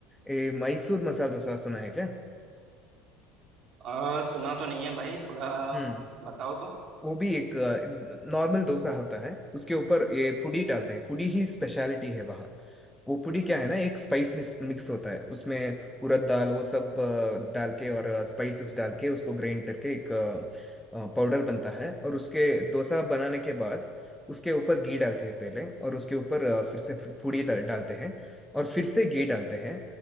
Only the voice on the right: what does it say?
आ, सुना तो नहीं है भाई थोड़ा
बताओ तो